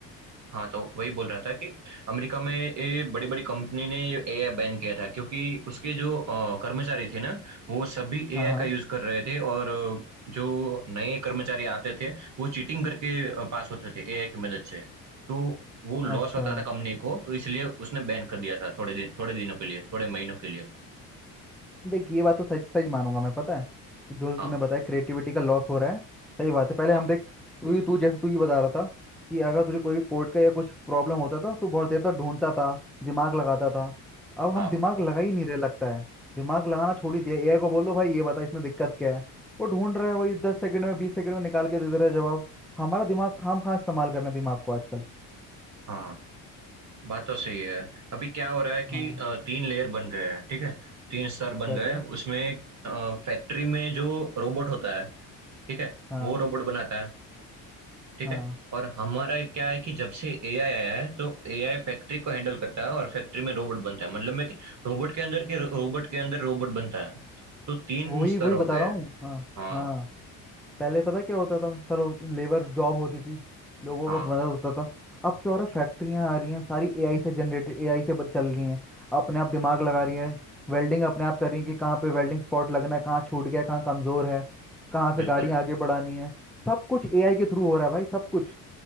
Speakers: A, on the right; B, in the centre.
A: हाँ तो वही बोल रहा था कि अमेरिका में ये बड़ी बड़ी कंपनी ने ये एआई बैन किया था क्योंकि उसके जो अ, कर्मचारी थे ना वो सभी एआई
B: हाँ हाँ
A: का यूज कर रहे थे और अ, जो नए कर्मचारी आते थे वो चीटिंग करके अ, पास होते थे एआई की मदद से तो वो लॉस
B: अच्छा
A: होता था कंपनी को तो इसलिए उसने बैन कर दिया था थोड़े दिन थोड़े दिनों के लिए थोड़े महीनों के लिए
B: देख ये बात तो सच सच मानूंगा मैं पता है कि जो
A: हाँ
B: तूने बताया क्रिएटिविटी का लॉस हो रहा है सही बात है पहले
A: हाँ
B: हम देख तू ही तू जैसे तू ही बता रहा था कि अगर तुझे कोई भी कोड का या कुछ प्रॉब्लम होता था तो बहुत देर तक ढूंढता था दिमाग लगाता था अब
A: हाँ
B: हम दिमाग लगा ही नहीं रहे लगता है दिमाग लगाना छोड़ ही दिया एआई को बोल दो भाई ये बता इसमें दिक्कत क्या है वो ढूंढ रहा है वही दस सेकंड में बीस सेकंड में निकाल के दे दे रहा है जवाब हमारा दिमाग खाम खा इस्तेमाल कर रहे हैं दिमाग को आजकल
A: हाँ बात तो सही है अभी क्या हो रहा है कि
B: हाँ
A: अ, तीन लेयर बन गए हैं ठीक है तीन स्तर बन
B: क्या
A: गए
B: क्या
A: हैं। उसमें फैक्ट्री में जो रोबोट होता है ठीक है
B: हाँ।
A: वो रोबोट बनाता है ठीक
B: हाँ
A: है और हमारा क्या है कि जब से एआई आया है तो एआई फैक्ट्री को हैंडल करता है और फैक्ट्री में रोबोट बनता है मतलब मैं कि रोबोट के अंदर के रोबोट के अंदर रोबोट बनता है तो तीन
B: वही
A: स्तर
B: वही
A: हो
B: बता
A: गए
B: रहा
A: हैं।
B: हूँ हाँ
A: हाँ
B: हाँ पहले पता क्या होता था चलो लेबर जॉब होती थी लोगों
A: हाँ
B: का मदद होता था अब क्या हो रहा है फैक्ट्रियाँ आ रही हैं सारी एआई से जनरेटेड एआई से बन- चल रही हैं अपने आप दिमाग लगा रही है वेल्डिंग अपने आप कर रही है कि कहाँ पे वेल्डिंग स्पॉट लगना है कहाँ छूट गया कहाँ कमजोर है कहाँ से
A: बिल्कुल
B: गाड़ियाँ आगे बढ़ानी है सब कुछ एआई के थ्रू हो रहा है भाई सब कुछ